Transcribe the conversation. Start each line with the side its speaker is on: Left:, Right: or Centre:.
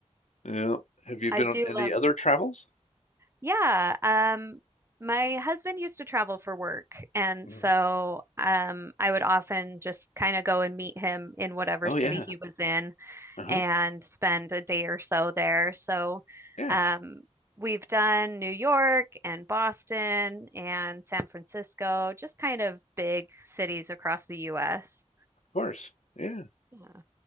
Left: okay. Yeah. Have you
Right: I
Left: been
Right: do
Left: on any
Right: love
Left: other travels?
Right: Yeah, um, my husband used to travel for work, and
Left: hmm
Right: so um, I would often just kind of go and meet him in whatever
Left: Oh,
Right: city
Left: yeah.
Right: he was in
Left: Uh-huh.
Right: and spend a day or so there. So
Left: Yeah,
Right: um,
Left: of
Right: we've done New York and Boston and San Francisco, just kind of big cities across the US.
Left: course. Yeah.
Right: Yeah,